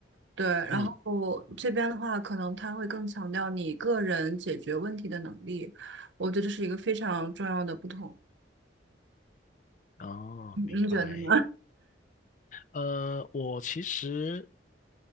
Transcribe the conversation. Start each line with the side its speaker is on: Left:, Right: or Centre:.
Right: 对，然后这边的话，
Left: 嗯，
Right: 可能它会更强调你个人解决问题的能力。我觉得这是一个非常重要的不同。
Left: 哦，
Right: 您你觉得呢？
Left: 明白。呃，我其实